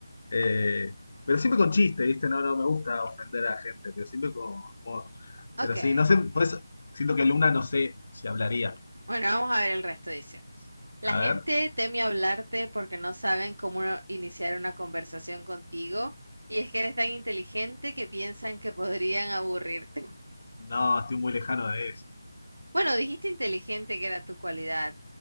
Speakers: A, on the left; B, on the right.
A: Eh, pero siempre con chiste, ¿viste? No, no me gusta ofender a la gente, pero siempre con humor. Pero
B: Ok.
A: sí, no sé, por eso siento que Luna no sé si hablaría.
B: Bueno, vamos a ver el resto, dice. La
A: A
B: gente
A: ver,
B: teme hablarte porque no saben cómo no iniciar una conversación contigo. Y es que eres tan inteligente que piensan que podrían aburrirte.
A: no, estoy muy lejano de eso.
B: Bueno, dijiste inteligente que era tu cualidad